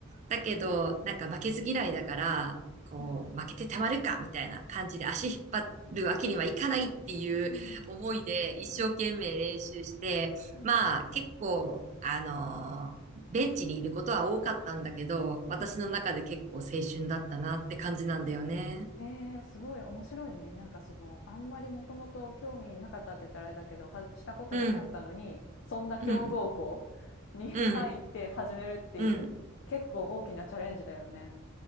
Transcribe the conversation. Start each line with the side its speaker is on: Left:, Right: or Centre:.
Right: だけど、なんか負けず嫌いだから、こう、
Left: うん
Right: 負けてたまるかみたいな感じで足引っ張るわけにはいかないっていう思いで一生懸命練習して、
Left: うんうんうんうんうん
Right: まあ結構、あのベンチにいることは多かったんだけど、
Left: うんうん
Right: 私の中で結構青春だったなって感じなんだよね。
Left: ええ、すごい面白いね。なんかその、あんまりもともと興味なかったって言ったらあれだけど、はしたことなかったのに、
Right: うん、
Left: そんな強豪校に
Right: うん。うん、
Left: <laughs> 入って始めるっていう、
Right: うん。
Left: 結構大きなチャレンジだよね。